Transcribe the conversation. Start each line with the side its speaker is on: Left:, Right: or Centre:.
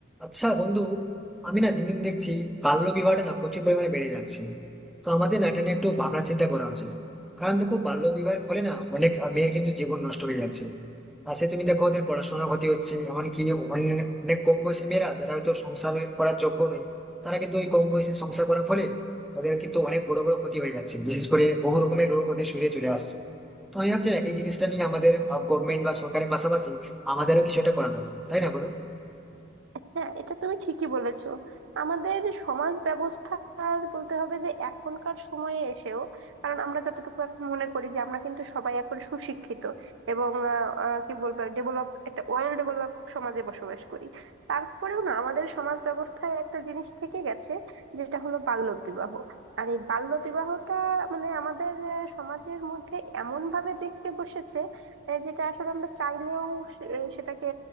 Centre: আচ্ছা বন্ধু আমি না দিন দিন দেখছি বাল্যবিবাহটা না প্রচুর পরিমাণে বেড়ে যাচ্ছে তো আমাদের না এটা নিয়ে একটু ভাবনা চিন্তা করা উচিত কারণ দেখো বাল্যবিবাহের ফলে না অনেক আহ, মেয়ের কিন্তু জীবন নষ্ট হয়ে যাচ্ছে আর সে তুমি দেখো ওদের পড়াশোনার ক্ষতি হচ্ছে এমনকি অনেক অনেক কম বয়সী মেয়েরা যারা হয়তো সংসার করার যোগ্য নয় তারা কিন্তু ওই কম বয়সে সংসার করার ফলে ওদের কিন্তু অনেক বড় বড় ক্ষতি হয়ে যাচ্ছে বিশেষ করে বহু রকমের রোগ ওদের শরীরে চলে আসছে তো আমি ভাবছি না এই জিনিসটা নিয়ে আমাদের গভর্নমেন্ট বা সরকারের পাশাপাশি আমাদেরও কিছু একটা করা দরকার তাই না বলো
Right: হ্যাঁ এটা তুমি ঠিকই বলেছো আমাদের সমাজ ব্যবস্থার বলতে হবে যে এখনকার সময়ে এসেও কারণ আমরা যতটুকু এখন মনে করি যে আমরা কিন্তু সবাই এখন সুশিক্ষিত এবং আহ, আহ, কি বলবো ডেভেলপ একটা ওয়েল ডেভেলপ সমাজে বসবাস করি তারপরেও না আমাদের সমাজ ব্যবস্থায় একটা জিনিস থেকে গেছে যেটা হলো বাল্য বিবাহ আর এই বাল্য বিবাহটা মানে আমাদের আহ, সমাজের মধ্যে এমন ভাবে জেঁকে বসেছে আহ, যেটা আসলে আমরা চাইলেও সে- সেটাকে